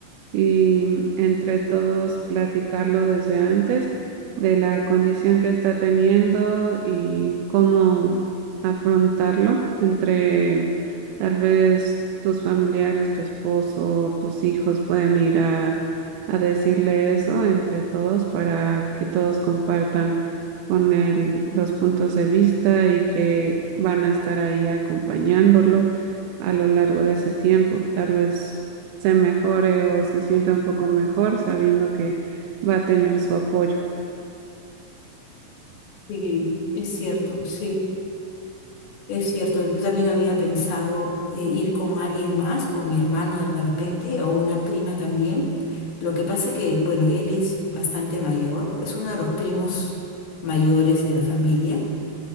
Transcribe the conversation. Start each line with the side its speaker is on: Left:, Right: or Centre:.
Right: y mm, entre todos platicarlo desde antes de la condición que está teniendo y cómo afrontarlo entre mm, tal vez tus familiares, tu esposo, tus hijos pueden ir a, a decirle eso entre todos para que todos compartan con él los puntos de vista y que van a estar ahí acompañándolo a lo largo de ese tiempo. Tal vez se mejore o se sienta un poco mejor sabiendo que va a tener su apoyo.
Left: Sí, es cierto, sí. Es cierto, yo también había pensado eh, ir con alguien más, con mi hermano de repente, o una prima también. Lo que pasa que, bueno, él es bastante mayor, es uno de los primos mayores de la familia